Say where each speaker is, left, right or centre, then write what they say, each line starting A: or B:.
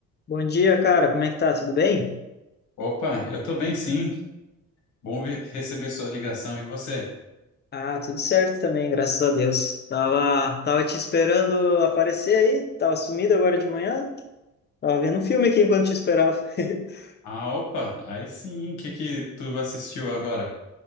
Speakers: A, on the left; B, on the left.
A: Bom dia, cara. Como é que tá? Tudo bem?
B: Opa, eu tô bem sim. Bom vi- receber sua ligação. E você?
A: Ah, tudo certo também, graças a Deus. Tava, tava te esperando aparecer aí, tava sumido agora de manhã. Tava vendo um filme aqui enquanto te esperava. <laughs>
B: Ah, opa, aí sim. O que que tu assistiu agora,